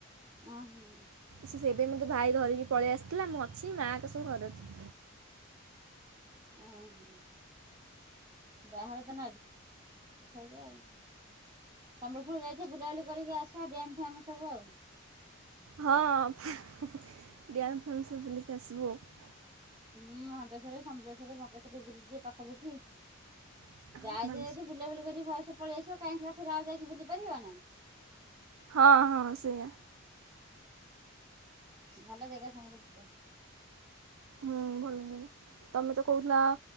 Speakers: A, on the right (about 20°); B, on the right (about 80°).
A: ଓ ହୋ।
B: ସେବେ ମୋତେ ଭାଇ ଧରିକି ପଳେଇ ଆସିଥିଲା ମୁଁ ଅଛି ମା ହେଇକା ସବୁ ଘରେ ଅଛି।
A: ଓହୋ ବାହାରେ ତ <unintelligible> ସମ୍ବଲପୁର ଯାଇଛ ବୁଲାବୁଲି କରିକି ଆସ ଡ୍ୟାମ୍ ଫ୍ୟାମ୍ ସବୁ ଆଉ।
B: ହଁ ଡ୍ୟାମ୍ ଫ୍ୟାମ୍ ସବୁ ବୁଲିକି <unintelligible>
A: ହୁଁ ହଟେସ୍ୱରି, ସମଲେଶ୍ଵରୀ <unintelligible> ପାଖାପାଖି।
B: ଆଉ।
A: ଯାଇଛ ଯଦି ବୁଲା ବୁଲିକରି ଭଲସେ ପଳେଇ ଆସିବ <unintelligible> ଆଉ ଯାଇକି ବୁଲି ପାରିବ ନା।
B: ହଁ ହଁ ସେଇଆ।
A: ଭଲ ଜାଗା ସମ୍ବଲପୁର ଟା।
B: ହୁଁ ଭଲ ଲାଗି ତମେ ତ କହୁଥିଲ